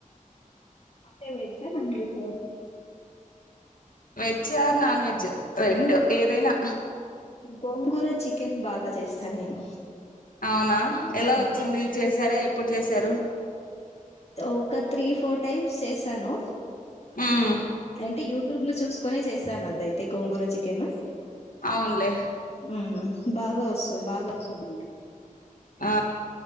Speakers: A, on the left (about 50°); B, on the left (about 80°).
A: అంటే వెజ్జా నాన్ వెజ్ ఆ.
B: వెజ్ ఆర్ నాన్ వెజ్ రెండు ఏదైనా.
A: గోంగూర చికెన్ బాగా చేస్తాను నేను.
B: అవునా ఎలా
A: ఆ,
B: వచ్చింది చేసారా ఎప్పుడు చేసారు.
A: ఒక త్రీ ఫోర్ టైమ్స్ చేసాను.
B: ఉమ్
A: అంటే యూట్యూబ్ లో చూసుకోనే చేశాను. అదైతే గోంగూర చికెన్.
B: అవున్లే
A: ఉమ్, బాగా వస్తు బాగా వస్తుందండి
B: ఆ